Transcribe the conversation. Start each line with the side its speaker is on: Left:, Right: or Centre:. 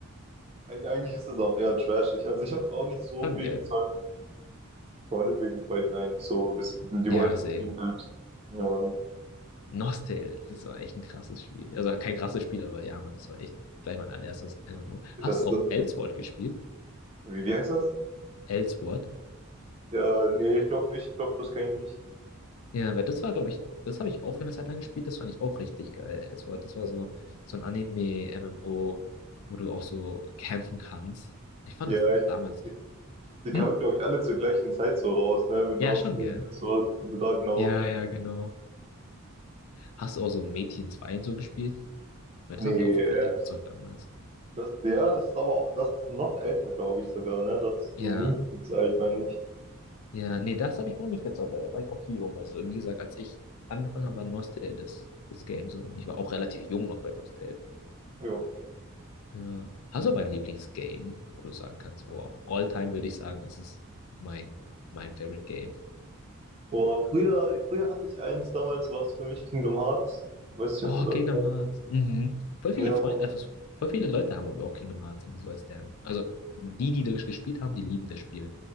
Right: eig- eigentlich ist es auch eher trashig. Also ich habe es auch nicht so
Left: <laughs> Schon,
Right: viel
Left: gell?
Right: gezockt, vor allem wegen Freunden eigentlich so. bis- Die
Left: Ja,
Right: wollten
Left: same.
Right: unbedingt halt, ja Mann,
Left: Nostale, das war echt ein krasses Spiel. Also kein krasses Spiel, aber ja, Mann, das war echt gleich mein allererstes MMO.
Right: das,
Left: Hast du
Right: das,
Left: auch Elsword gespielt?
Right: wie, wie heißt das?
Left: Elsword?
Right: Ja, nee, ich glaube nicht. Ich glaube, das kenne ich nicht.
Left: Ja, weil das war, glaube ich, das habe ich auch für eine Zeit lang gespielt, das fand ich auch richtig geil. Es war, das war so, so ein Anime-MMO, wo du auch so campen kannst. Ich fand
Right: Ja,
Left: das
Right: ich,
Left: damals.
Right: die, die
Left: Hm?
Right: kamen, glaube ich, alle zur gleichen Zeit so raus, ne? Mit Nostalgia,
Left: Ja, schon, gell?
Right: das war mit Ragnarok
Left: Ja,
Right: und.
Left: ja, genau. Hast du auch so Metin zwei und so gespielt? Weil
Right: Nee,
Left: das haben ja auch voll
Right: äh,
Left: viele gezockt damals.
Right: das, ja, das ist aber, auch- das ist noch älter, glaube ich sogar, ne? Das ist so
Left: Ja,
Right: mies alt, meine ich.
Left: ja, nee, das habe ich auch nicht gezockt, weil da war ich auch zu jung. Also, wie gesagt, als ich angefangen habe, war Nostale das, das Game so. Und ich war auch relativ jung noch bei Nostale.
Right: Ja.
Left: Ja. Hast du aber ein Lieblingsgame, wo du sagen kannst, oh, auch All-Time würde ich sagen, das ist mein, mein Favorite Game.
Right: Oder früher, früher hatte ich eins, damals war es für mich Kingdom Hearts. Weiß nicht,
Left: Oh,
Right: ob du das
Left: Kingdom
Right: kennst.
Left: Hearts. Mhm. Voll viele
Right: Ja,
Left: Freunde,
Right: Mann.
Left: äh, voll viele Leute haben aber auch Kingdom Hearts immer so als deren. Also die, die das gespielt haben, die lieben das Spiel.